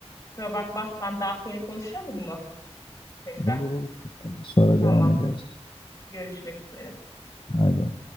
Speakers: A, on the left; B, on the left.
A: Kusura bakmazsan daha sonra konuşalım mı tekrar?
B: Olur olur. Sonra
A: Tamam
B: devam ederiz.
A: görüşmek üzere.
B: Bay bay.